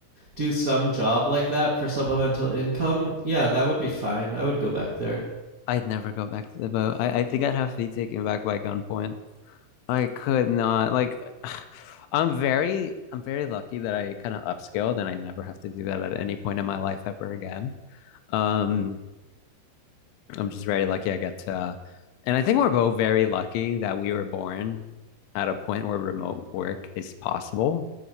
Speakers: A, on the right; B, on the left.
A: do some job like that for supplemental income, yeah, that would be fine. I would go back there.
B: I'd never go back to the boat. I, I think I'd have to be taken back by gunpoint. I could not. Like, <sighs> I'm very I'm very lucky that I kind of upscaled and I never have to do that at any point in my life ever again. Um, I'm just very lucky I get to, uh, and I think we're both very lucky that we were born at a point where remote work is possible.